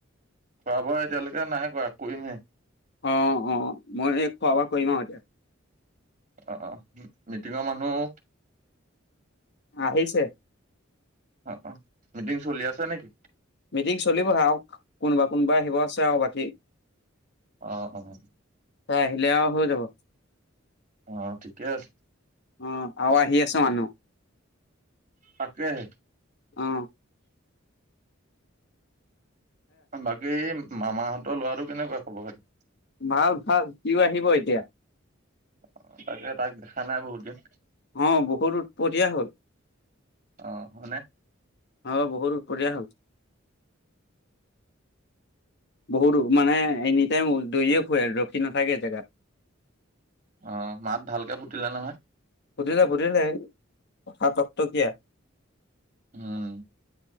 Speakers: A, on the right; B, on the left.
A: খোৱা বোৱা এতিয়ালৈকে নাই কৰা, কৰিমহে।
B: অ অ মই এই খোৱা বোৱা কৰিম আৰু এতিয়া।
A: আহ মিটিঙৰ মানুহ
B: আহিছে।
A: অ অ মিটিং চলি আছে নে কি?
B: মিটিং চলিবহে আৰু কোনোবা কোনোবা আহিব আছে আৰু বাকী।
A: অহ অহ।
B: তাই আহিলে আৰু হৈ যাব।
A: অ ঠিকেই আছে।
B: অ আৰু আহি আছে মানুহ।
A: তাকেহে।
B: অহ।
A: মাকে মামাহঁতৰ লৰাটো কেনেকুৱা খব খাতি
B: ভাল ভাল, সিও আহিব এতিয়া।
A: অ তাকে তাক দেখা নাই বহুত দিন।
B: অ বহুত উৎপতীয়া হল।
A: অ হয়নে?
B: অ বহুত উৎপতীয়া হল। বহুত মানে এনি টাইম দৌৰিয়ে ফুৰে ৰখি নাথাকে জেগাত।
A: অ মাত ভালকে ফুটিলে নহয়?
B: ফুটিলে ফুটিলে, এই কথা টকটকীয়া।
A: উম।